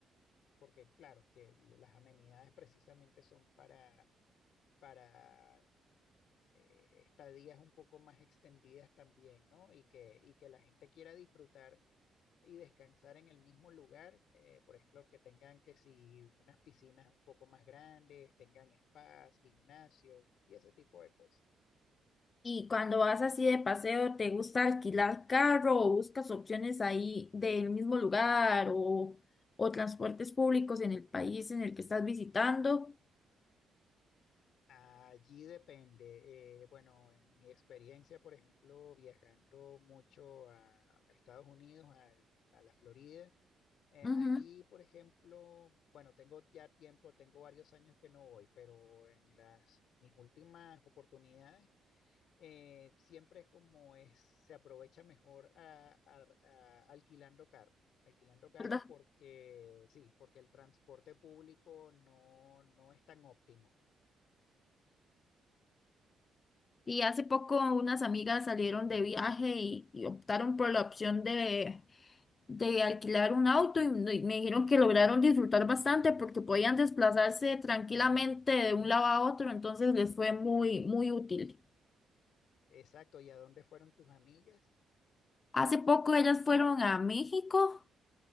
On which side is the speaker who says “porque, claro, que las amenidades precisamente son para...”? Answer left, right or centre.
Left